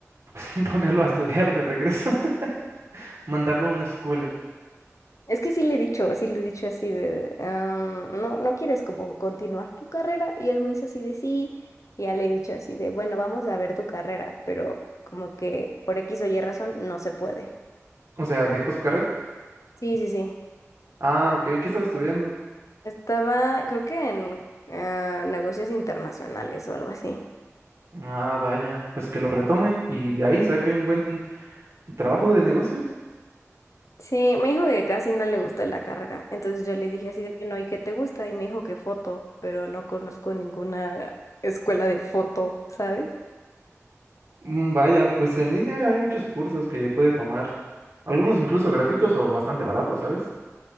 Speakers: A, on the right (about 60°); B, on the left (about 80°).
A: <laughs> Ponerlo a estudiar de regreso, <laughs> mandarlo a una escuela.
B: Es que sí le he dicho, sí le he dicho así de, "Ah, no, no quieres como continuar tu carrera. Y él me dice así de sí, y ya le he dicho así de, bueno, vamos a ver tu carrera, pero como que por X o Y razón no se puede.
A: O sea, dejó su carrera.
B: Sí, sí, sí.
A: Ah, ok, ¿qué estaba estudiando?
B: Estaba, creo que en ah, negocios internacionales o algo así.
A: Ah, vaya, pues que lo retome y de ahí saque un buen trabajo de negocios.
B: Sí, me dijo que casi no le gustó la carrera. Entonces yo le dije así de que no, ¿y qué te gusta? Y me dijo que foto, pero no conozco ninguna escuela de foto, ¿sabes?
A: Mm, Vaya, pues en línea hay muchos cursos que puede tomar, algunos incluso gratuitos o bastante baratos, ¿sabes?